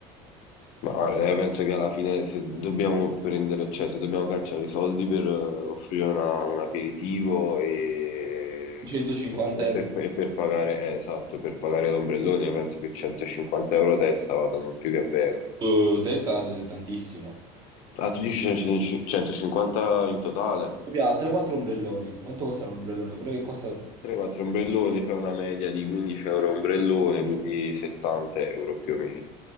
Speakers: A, on the left; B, on the right.
A: ma guarda, eh, penso che alla fine se dobbiamo prendere, cioè se dobbiamo cacciare i soldi per eh, offrire una- un aperitivo e,
B: 150
A: e s- e per,
B: euro
A: e per pagare, eh, esatto, per pagare l'ombrellone, io penso che 150 euro a testa vadano più che bene.
B: su testa è tantissimo.
A: Ah, tu dici 100 150 in totale?
B: Poi ha 3-4 ombrelloni. Quanto costa un ombrellone? Pure che costa...
A: 3-4 ombrelloni, fai una media di 15 euro ombrellone, quindi 70 euro più o meno.